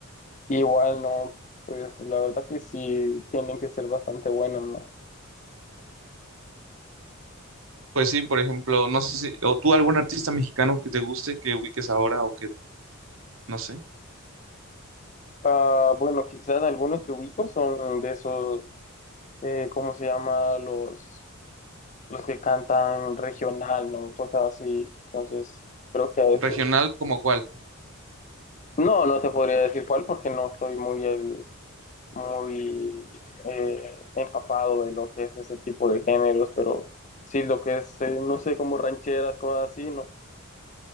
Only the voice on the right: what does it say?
Pues sí, por ejemplo, no sé si, o tú algún artista mexicano que te guste, que ubiques ahora o que, no sé,
regional
como cuál.